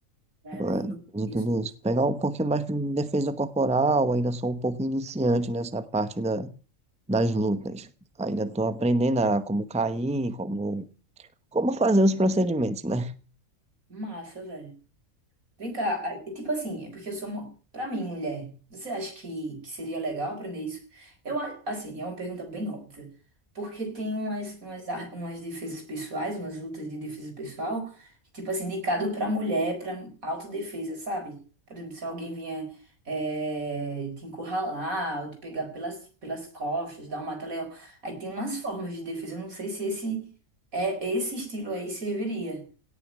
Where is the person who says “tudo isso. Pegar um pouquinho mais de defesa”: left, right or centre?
Centre